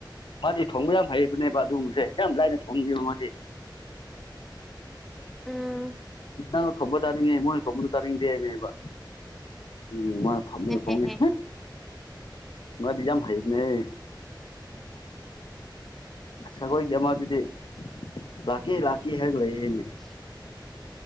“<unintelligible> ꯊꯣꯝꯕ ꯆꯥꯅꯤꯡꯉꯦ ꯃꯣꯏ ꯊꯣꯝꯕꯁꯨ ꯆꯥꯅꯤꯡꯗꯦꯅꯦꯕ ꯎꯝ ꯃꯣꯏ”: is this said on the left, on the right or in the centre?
Left